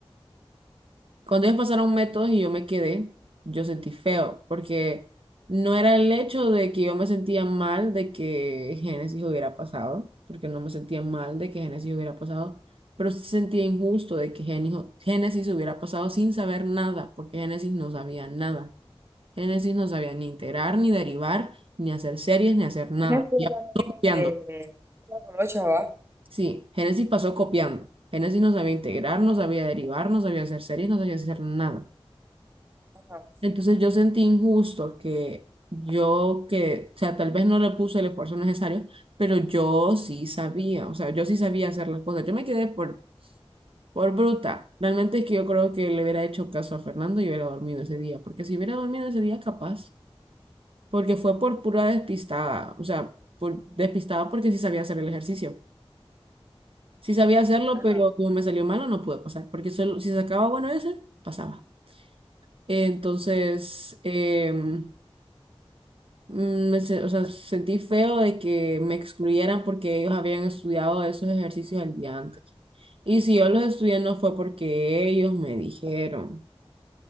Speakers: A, on the right; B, on the right.
A: Cuando ellos pasaron métodos y yo me quedé, yo sentí feo, porque no era el hecho de que yo me sentía mal de que Génesis hubiera pasado, porque no me sentía mal de que Génesis hubiera pasado, pero sí sentía injusto de que Génijo- Génesis hubiera pasado sin saber nada, porque Génesis no sabía nada. Génesis no sabía ni integrar, ni derivar, ni hacer series, ni hacer nada.
B: Ana fue
A: Ya
B: la novia
A: copiando.
B: de la colocha, ¿va?
A: Sí, Génesis pasó copiando. Génesis no sabía integrar, no sabía derivar, no sabía hacer series, no sabía hacer nada.
B: Ajá,
A: Entonces yo sentí injusto que yo que, o sea, tal vez no le puse el esfuerzo necesario, pero yo sí sabía, o sea, yo sí sabía hacer las cosas. Yo me quedé por, por bruta. Realmente es que yo creo que le hubiera hecho caso a Fernando y hubiera dormido ese día, porque si hubiera dormido ese día, capaz, porque fue por pura despistada, o sea, por despistada porque sí sabía hacer el ejercicio. Sí sabía hacerlo,
B: ajá,
A: pero como me salió malo, no pude pasar, porque solo, si sacaba bueno ese, pasaba. Entonces, em, mm, me se- o sea, sentí feo de que me excluyeran porque ellos habían estudiado esos ejercicios el día antes. Y si yo los estudié no fue porque ellos me dijeron,